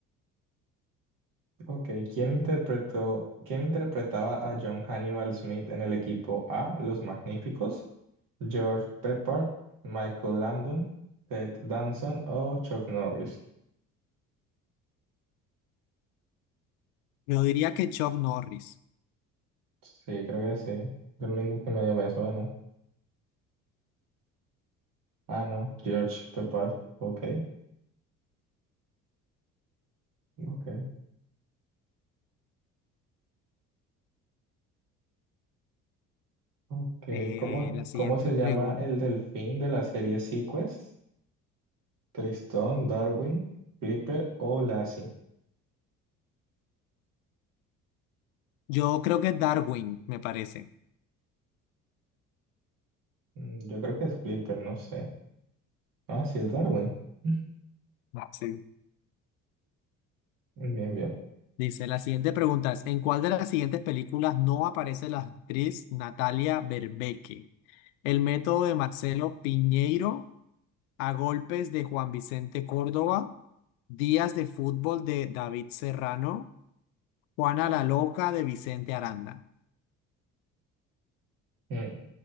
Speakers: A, on the right; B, on the left.
A: Ok, ¿quién interpretó, quién interpretaba a John Hannibal Smith en el equipo A, Los Magníficos? George Pepper, Michael Landon, Ted Danson o Chuck Norris.
B: Yo diría que Chuck Norris.
A: Sí, creo que sí. Lo único que medio me suena. Ah, no, George Pepper. Ok, ok, ok.
B: Eh,
A: ¿Cómo,
B: la siguiente
A: cómo se
B: pregunta.
A: llama el delfín de la serie Sequest? Tristón, Darwin, Flipper o Lassie.
B: Yo creo que Darwin, me parece.
A: Mm, Yo creo que es Flipper, no sé. Ah, sí, es Darwin. <laughs>
B: Sí.
A: Bien, bien.
B: Dice, la siguiente pregunta es, ¿en cuál de las siguientes películas no aparece la actriz Natalia Berbeque? El método de Marcelo Piñeiro, A golpes de Juan Vicente Córdoba, Días de fútbol de David Serrano, Juana la loca de Vicente Aranda.
A: Mm,